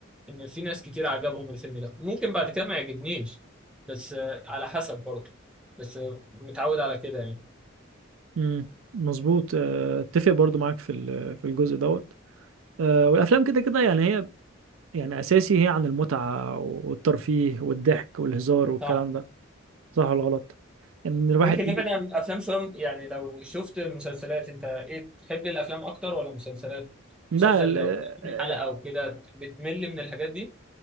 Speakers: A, in the centre; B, on the right.
A: ان في ناس كتير عجبهم الفيلم ده ممكن بعد كده ما يعجبنيش بس آه، على حسب برضه بس آه، متعود على كده يعني
B: مم. مظبوط آه، اتفق برضو معاك في ال- في الجزء دوت آه، والافلام كده كده يعني هي يعني اساسي هي عن المتعه والترفيه والضحك والهزار والكلام
A: صح.
B: ده صح ولا غلط ان الواحد
A: ممكن
B: ي-
A: نبعد عن الافلام شويه يعني لو شفت مسلسلات انت ايه بتحب الافلام اكتر ولا مسلسلات
B: ده
A: مسلسل
B: ال-
A: لو 30
B: آه،
A: حلقه او كده بتمل من الحاجات دي